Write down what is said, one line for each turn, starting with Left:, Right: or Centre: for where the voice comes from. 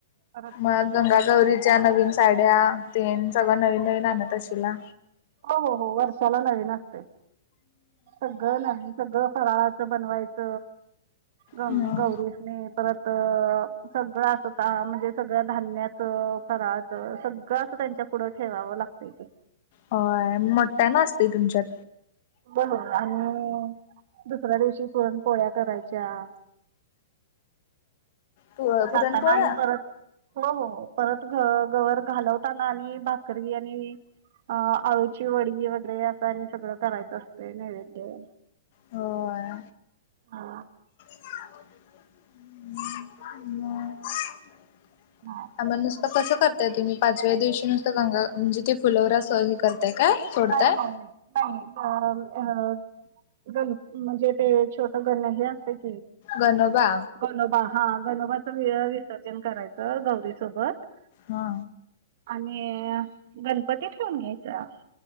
Right: परत
Left: मग
Right: दुसऱ्या
Left: गंगा-गौरीच्या
Right: दिवशी
Left: नवीन साड्या तेन सगळं नवीन-नवीन आणत अशिला?
Right: हो हो, हो वर्षाला नवीन असतय सगळं नवीन, सगळं फराळाच बनवायच गंगा-गौरीसनीं
Left: हम्म
Right: परत अ सगळ अस आ, म्हणजे सगळ्या धान्याच, फराळाच सगळं अस त्यांच्या पुढं ठेवाव लागतय ते.
Left: व्हयं मोठ्ठ्यान असतय तुमच्यात
Right: होय, आणि दुसऱ्या दिवशी पुरण पोळ्या करायच्या.
Left: पु पुरणपोळ्या
Right: जाताना आणि परत हो हो हो, परत घ गवर घालवताना आणि भाकरी आणि अ अळूची वडी वगैरे, असं आणि सगळं करायचं असतय नैवेद्य.
Left: होय.
Right: हां.
Left: म <inaudible>
Right: नाय.
Left: मग नुसत कस करताय तुम्ही पाचव्या दिवशी नुसत, गंगा म्हणजे ते फुलवरा सह हे करताय काय? सोडताय
Right: नाही नाही नाही अ गणप म्हणजे ते छोट गण हे असतय
Left: गनोबा
Right: गनोबा, हा गनोबाच वेगळ विसर्जन करायचं गौरी सोबत
Left: हा
Right: आणि गणपती ठेवून घ्यायचा.